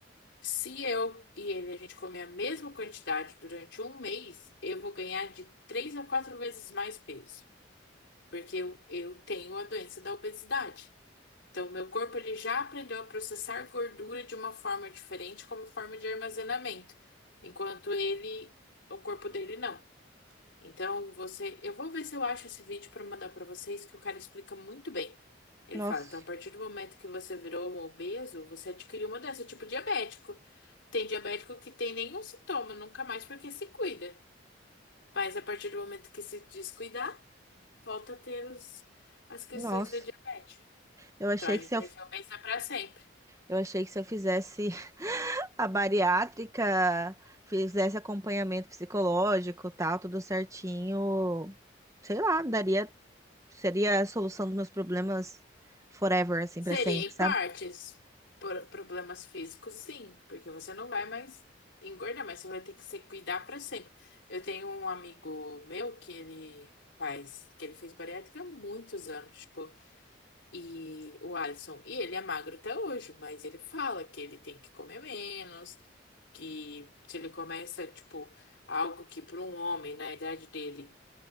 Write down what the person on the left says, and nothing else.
Se eu e ele a gente comer a mesma quantidade durante um mês, eu vou ganhar de três a quatro vezes mais peso, porque eu, eu tenho a doença da obesidade. Então, meu corpo ele já aprendeu a processar gordura de uma forma diferente, como forma de armazenamento, enquanto ele, o corpo dele não. Então, você, eu vou ver se eu acho esse vídeo para mandar para vocês, que o cara explica muito bem. Ele
fala, então, a partir do momento que você virou um obeso, você adquiriu uma doença, tipo diabético. Tem diabético que tem nenhum sintoma, nunca mais, porque se cuida. Mas a partir do momento que se descuidar, volta a ter os, as questões
da diabetes.
Então, a gente
vai ser obesa para sempre.
Seria
em
partes. Por problemas físicos, sim, porque você não vai mais engordar, mas você vai ter que se cuidar para sempre. Eu tenho um amigo meu que ele faz, que ele fez bariátrica há muitos anos, tipo, e o Alisson, e ele é magro até hoje, mas ele fala que ele tem que comer menos, que se ele começa, tipo, algo que para um homem na idade dele